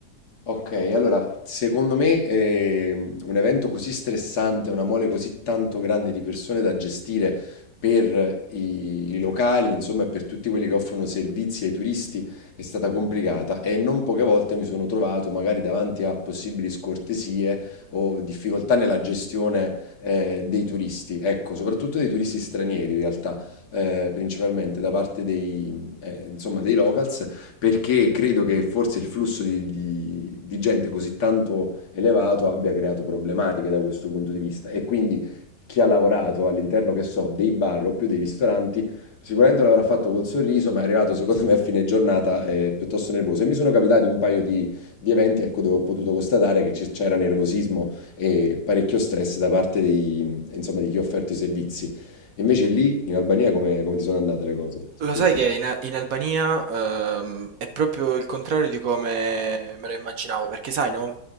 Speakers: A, on the left (about 70°); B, on the right (about 60°).
A: Ok, allora, secondo me ehm, un evento così stressante, una mole così tanto grande di persone da gestire per i, i locali, insomma, e per tutti quelli che offrono servizi ai turisti, è stata complicata e non poche volte mi sono trovato magari davanti a possibili scortesie o difficoltà nella gestione eh, dei turisti, ecco, soprattutto dei turisti stranieri in realtà, eh, principalmente da parte dei, eh, insomma, dei locals perché credo che forse il flusso di, di- di gente così tanto elevato abbia creato problematiche da questo punto di vista. E quindi chi ha lavorato all'interno, che so, dei bar o più dei ristoranti, sicuramente l'avrà fatto col sorriso, ma è arrivato secondo me a fine giornata eh, piuttosto nervoso. E mi sono capitati un paio di, di eventi, ecco, dove ho potuto constatare che ci- c'era nervosismo e parecchio stress da parte dei- insomma, di chi ha offerto i servizi. Invece lì in Albania come, come ti sono andate le cose su
B: Lo
A: questo?
B: sai che in, in Albania ehm, è proprio il contrario di come me lo immaginavo, perché sai, no?